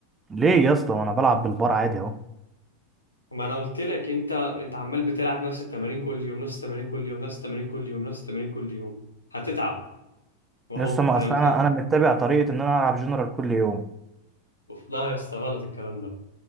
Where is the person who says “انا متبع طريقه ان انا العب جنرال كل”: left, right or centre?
Right